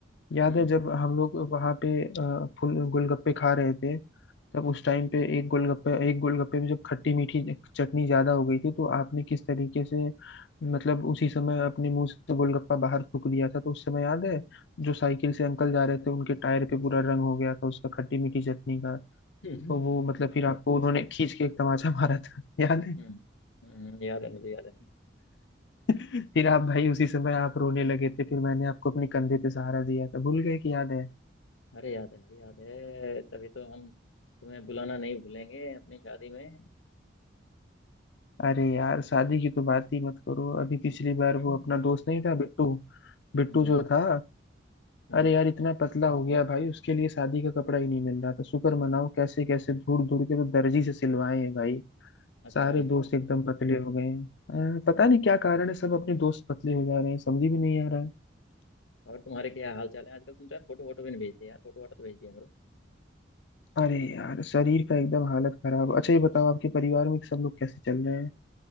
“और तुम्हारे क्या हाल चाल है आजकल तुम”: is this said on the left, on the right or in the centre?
Left